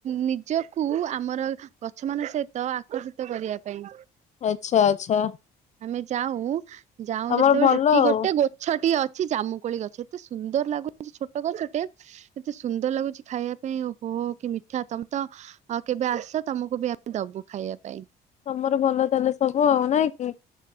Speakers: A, on the right (about 45°); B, on the left (about 45°).
A: ନିଜକୁ ଆମର ଗଛ ମାନଙ୍କ ସହିତ ଆକର୍ଷିତ କରିବା ପାଇଁ।
B: ଆଚ୍ଛା ଆଚ୍ଛା।
A: ଆମେ ଯାଉଁ ଯାଉଁ
B: ତମର
A: ଯେତେବେଳେ
B: ଭଲ
A: ରୁଟି
B: ଆଉ
A: ଗୋଟେ ଗୋ ଛଟିଏ ଅଛି ଜାମୁକୋଳି ଗଛ ଏତେ ସୁନ୍ଦର ଲାଗୁଛି ଛୋଟ ଗଛଟେ। ଏତେ ସୁନ୍ଦର ଲାଗୁଛି ଖାଇବା ପାଇଁ ଓହୋ କି ମି କ୍ଷା ତମେ ତ କେବେ ଆସ ତମକୁ ବି ଆମେ ଦବୁ ଖାଇବା ପାଇଁ।
B: ତମର ଭଲ ତାହେଲେ ସବୁ ଆଉ ନାଇଁ କି